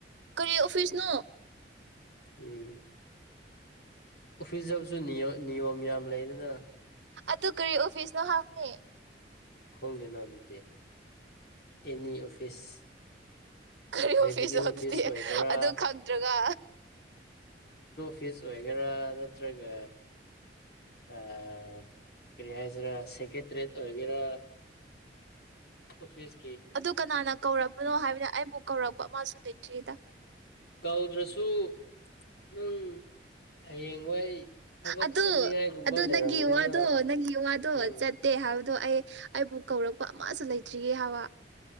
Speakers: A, on the right; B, on the left.
A: ꯀꯔꯤ ꯑꯣꯐꯤꯁꯅꯣ
B: ꯎꯝ ꯑꯣꯐꯤꯤꯁ ꯨ ꯅꯤꯌꯣꯝ ꯌꯥꯝ ꯂꯩꯗꯅ
A: ꯑꯗꯨ ꯀꯔꯤ ꯑꯣꯐꯤꯁꯅꯣ ꯍꯥꯡꯅꯤ
B: ꯈꯣꯗ ꯅ ꯂꯤꯖꯦ ꯑꯦꯅꯤ ꯑꯣꯐꯤꯁ
A: ꯀꯔꯤ ꯑꯣꯐꯤꯁ
B: ꯔꯦꯚꯤꯅ꯭ꯌꯨ
A: ꯑꯗꯨꯗꯤ
B: ꯑꯣꯏꯒꯦꯔꯥ
A: ꯑꯗꯨ ꯈꯪꯗ꯭ꯔꯒ
B: ꯐꯤꯁ ꯑꯣꯏꯒꯦꯔꯥ ꯅꯠꯇ꯭ꯔꯒ ꯑ ꯀꯁꯤꯔ ꯁꯦꯀ꯭ꯔꯦꯇꯔꯤꯒꯦꯔ ꯑꯣꯐꯤꯁ
A: ꯑꯗꯨ ꯀꯅꯥꯅ ꯀꯧꯔꯕꯅꯣ ꯍꯥꯏꯕꯅ ꯑꯩꯕꯨ ꯀꯧꯔꯛꯄ ꯑꯃꯁꯨ ꯂꯩꯇ꯭ꯔꯤꯗ
B: ꯀꯧꯗ꯭ꯔꯁꯨ ꯅꯪ ꯍꯌꯦꯡ ꯋꯥꯏ ꯊꯕꯛ
A: ꯑꯗꯣ
B: ꯆꯠꯅꯤꯡꯉꯥꯏꯒꯨꯝꯕ
A: ꯑꯗꯨꯣ
B: ꯂꯩꯔꯝꯒꯅꯤꯗꯅ
A: ꯅꯪꯒꯤ ꯌꯋꯥꯗꯣ ꯅꯪꯒꯤ ꯌ ꯋꯥꯗꯣ
B: ꯎꯝ
A: ꯆꯠꯇꯦ ꯍꯥꯏꯥꯎꯗꯤ ꯑꯗꯣ ꯑꯩ ꯑꯩꯕꯨ ꯀꯧꯔꯛꯄ ꯑꯃꯁꯨ ꯂꯩꯇ꯭ꯔꯤꯌꯦ ꯍꯥꯏꯕ